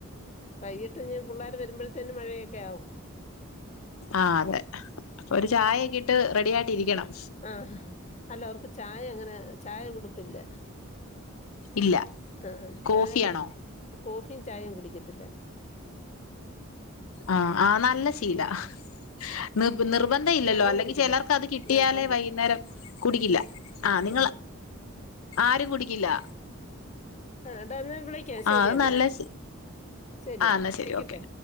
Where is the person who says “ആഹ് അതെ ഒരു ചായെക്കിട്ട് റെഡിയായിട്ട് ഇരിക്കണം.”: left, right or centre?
Left